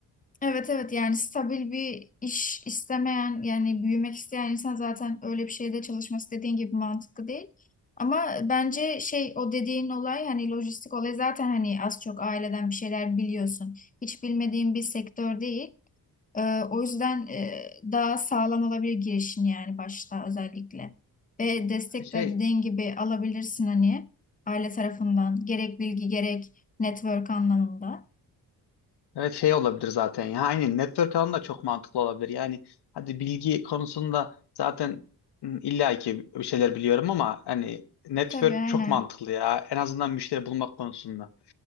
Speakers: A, on the left; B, on the left.
A: Evet evet yani stabil bir iş istemeyen yani büyümek isteyen insan zaten öyle bir şeyde çalışması dediğin gibi mantıklı değil. Ama bence şey o dediğin olay hani lojistik olay zaten hani az çok aileden bir şeyler biliyorsun. Hiç bilmediğin bir sektör değil. Ee, o yüzden e, daha sağlam olabilir girişin yani başta özellikle. Ve destek
B: Şey
A: de dediğin gibi alabilirsin hani aile tarafından gerek bilgi gerek network anlamında.
B: Evet şey olabilir zaten ya. Aynen network alanı da çok mantıklı olabilir. Yani hadi bilgi konusunda zaten ım, illa ki bir şeyler biliyorum ama hani network
A: Tabii aynen.
B: çok mantıklı ya. En azından müşteri bulmak konusunda.